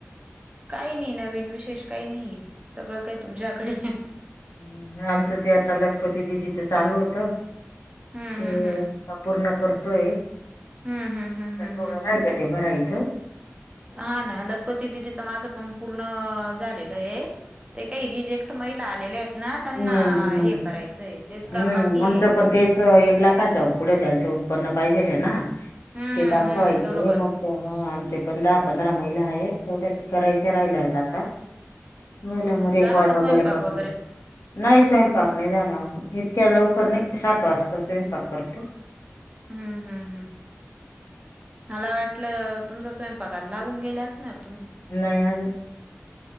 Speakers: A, on the right; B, on the left.
A: काही नाही नवीन विशेष काही नाही आहे सगळं काही तुमच्याकडे.
B: हम् आमचं ते आता लखपती दिदीचं चालू होत.
A: हम्म
B: ते
A: हम्म हम्म
B: पूर्ण करतोय त्या
A: हम्म हम्म हम्म हम्म
B: थोड
A: हम्म
B: राहिलय ते भरायचं.
A: हा ना लखपती दिदीच माझं पण पूर्ण झालेलं आहे. ते काही रिजेक्ट महिला आलेल्या आहेत ना त्यांना
B: हम्म हम्म
A: हे करायचंय तेच
B: हम्म
A: काम बाकी
B: आमचं
A: आहे.
B: पण तेच एक लाखाच्या पुढे त्यांचं उत्पन्न पाहिजेल आहे ना
A: हम्म
B: ते दाखवायचंय
A: हम्म बरोबर
B: मग. ह आमचे पण दहा-पंधरा महिला आहेत तेवढ्याच करायच्या राहिल्या आहेत आता. झाले
A: हम्म
B: मग रेट
A: झाला
B: वाढवय
A: का स्वयंपाक
B: बर पडतय.
A: वगैरे
B: नाही स्वयंपाक नाही झाला इतक्या लवकर नाही सात वाजता स्वयंपाक करतो.
A: हम् हम हम. मला वाटलं तुमचा स्वयंपाकाला लागून गेले असणार तुम्ही.
B: नाही अज